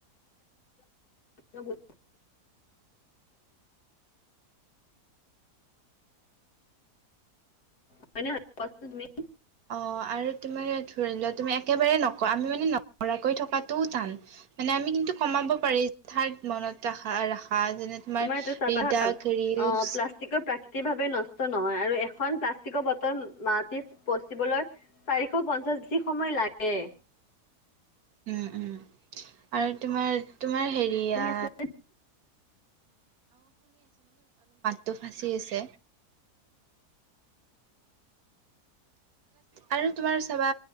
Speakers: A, on the left (about 70°); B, on the right (about 65°).
A: অনু। হয় নে নহয় কোৱাচোন তুমি।
B: অ আৰু তোমাৰ ধৰি লোৱা তুমি একেবাৰে নক আমি মানে নকৰাকৈ থকাতটোও টান, মানে আমি কিন্তু কমাব পাৰি মনত ৰাখা। আহ যেনে তোমাৰ
A: এতিয়া চাবা
B: ৰিদাকৰিলচ।
A: অ প্লাষ্টিকৰ প্ৰাকৃতিক ভাৱে নষ্ট নহয়, আৰু এখন প্লাষ্টিকৰ বটল মাটিত পচিবলৈ, চাৰিশ পঞ্চাশ। যি সময় লাগে।
B: উম, উম আৰু তোমাৰ তোমাৰ হেৰিয়া।
A: শুনি আছে
B: টো ফাঁচি আছে। আৰু তোমাৰ চাবা